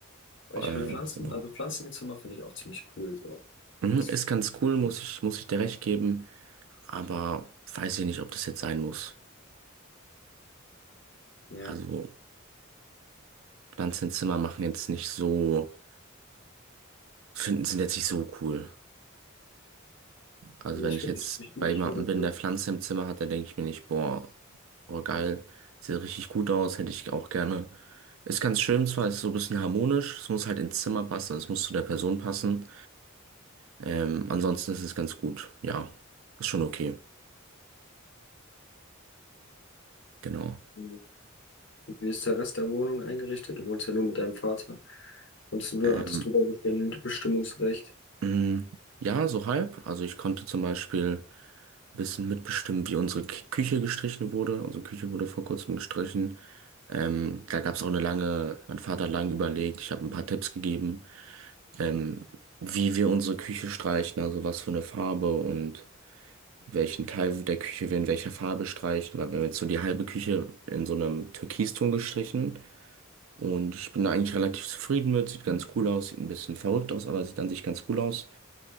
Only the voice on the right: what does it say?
Äh,
genau.
Mhm,
ist
ganz cool, muss ich, muss ich dir recht geben, aber weiß ich nicht, ob das jetzt sein muss.
Also Lanzenzimmer machen jetzt nicht so, finden, sind jetzt nicht so cool. Also
wenn ich
jetzt
bei
jemandem
bin,
der Pflanze im Zimmer hat, dann denke ich mir nicht, boah, boah, geil, sieht richtig gut aus, hätte ich auch gerne. Ist ganz schön zwar, ist so ein bisschen harmonisch, es muss halt ins Zimmer passen, also es muss zu der Person passen. Ähm, ansonsten ist es ganz gut, ja, ist schon okay, genau.
Ähm,
mh, ja, so halb. Also ich konnte zum Beispiel ein bisschen mitbestimmt, wie unsere K Küche gestrichen wurde. Unsere Küche wurde vor kurzem gestrichen. Ähm, da gab es auch eine lange, mein Vater hat lange überlegt, ich habe ein paar Tipps gegeben, ähm, wie wir unsere Küche streichen, also was für eine Farbe und welchen Teil der Küche wir in welcher Farbe streichen, weil wir haben jetzt so die halbe Küche in so einem Türkiston gestrichen und ich bin da eigentlich relativ zufrieden mit, sieht ganz cool aus, sieht ein bisschen verrückt aus, aber sieht an sich ganz cool aus